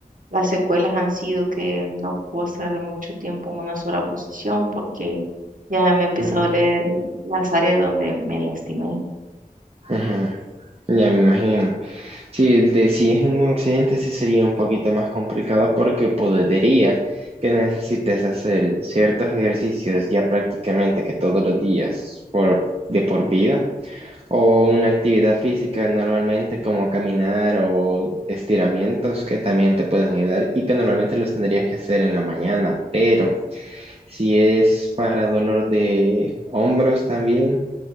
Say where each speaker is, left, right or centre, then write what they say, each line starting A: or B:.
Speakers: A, on the right; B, on the right.
A: Las secuelas han sido que no puedo estar mucho tiempo en una sola posición porque ya me empezó
B: Mm,
A: a doler las áreas donde me lastimé.
B: ujú, Ya me imagino. Si, de, si es en un accidente, sí sería un poquito más complicado porque podría que necesites hacer ciertos ejercicios ya prácticamente que todos los días por, de por vida o una actividad física normalmente como caminar o estiramientos que también te pueden ayudar y que normalmente los tendrías que hacer en la mañana, pero si es para dolor de hombros también.